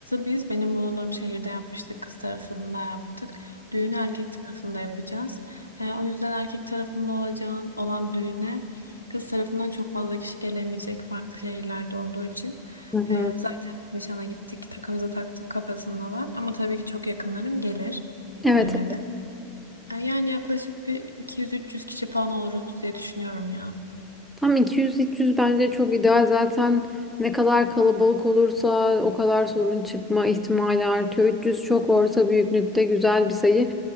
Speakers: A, on the left; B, in the centre.
A: biz benim bulunduğum şehirde yapmıştık. Kız tarafında yaptık. Düğünü erkek tarafında yapacağız. E, o yüzden erkek tarafında olacağın olan düğüne kız tarafından çok fazla kişi gelemeyecek farklı şehirlerde olduğu için.
B: Hı hı.
A: E, zaten biz nişana gittik takımızı taktık kafasındalar. Ama tabii ki çok yakınlarım gelir
B: Evet
A: düğüne de. Ya Yani yaklaşık bir 200-300 kişi falan oluruz diye düşünüyorum ya.
B: Tam 200-300 bence çok ideal. Zaten ne kadar kalabalık olursa o kadar sorun çıkma ihtimali artıyor. 300 çok orta büyüklükte güzel bir sayı.